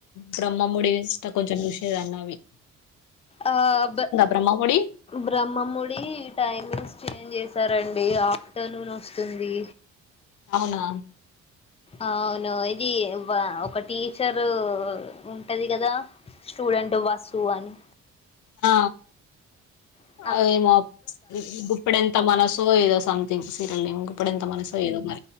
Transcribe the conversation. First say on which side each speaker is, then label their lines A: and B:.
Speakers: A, on the left; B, on the left.
A: బ్రహ్మాముడి ఇష్ట కొంచెం చూసేదాన్ని ఆవి
B: ఆ బ
A: బ్రహ్మముడి
B: బ్రహ్మముడి టైమింగ్స్ చేంజ్ చేసారండి ఆఫ్టర్నూన్ వస్తుంది
A: అవునా
B: అవును ఇది ఒక టీచరు ఉంటది కదా స్టూడెంట్ వసు అని
A: ఆ
B: అ
A: అదేమో గుప్పడెంత మనసు ఏదో సంథింగ్ సీరియల్ ని గుప్పడెంత మనసు ఏదో మరీ